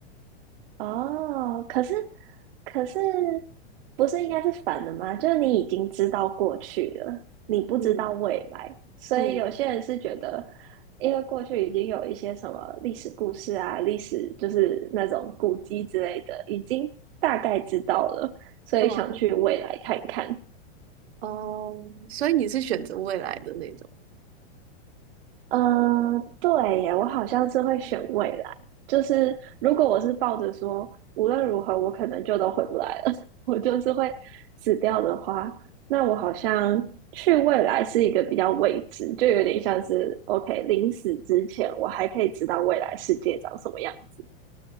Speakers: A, on the right; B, on the right.
A: 哦，可是可是不是应该是反的吗？就是你已经知道过去了，你不知道未来，
B: 嗯
A: 所以有些人是觉得，
B: 嗯
A: 因为过去已经有一些什么历史故事啊、历史就是那种古迹之类的，已经大概知道了，所以想去未来看一看。
B: 嗯。哦，所以你是选择未来的那种，
A: 嗯，对耶，我好像是会选未来。就是如果我是抱着说无论如何我可能就都回不来了，<laughs> 我就是会死掉的话，那我好像去未来是一个比较未知，就有点像是 OK，临死之前我还可以知道未来世界长什么样子。